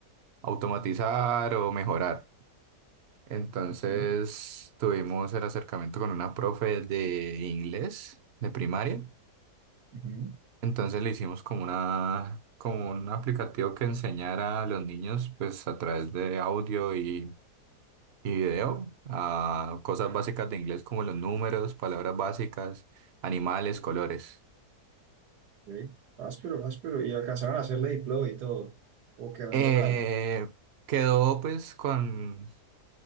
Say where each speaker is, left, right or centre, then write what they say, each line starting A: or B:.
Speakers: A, on the right (about 50°); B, on the right (about 80°).
A: automatizar o mejorar. Entonces
B: Ujú,
A: tuvimos el acercamiento con una profe de inglés de primaria.
B: ujú,
A: Entonces le hicimos como una, como un aplicativo que enseñara a los niños, pues a través de audio y, y video, a cosas básicas de inglés como los números, palabras básicas, animales, colores.
B: ok. Áspero, áspero. Y alcanzaron a hacerle deploy y todo. O quedó
A: Eh,
B: en local.
A: quedó pues con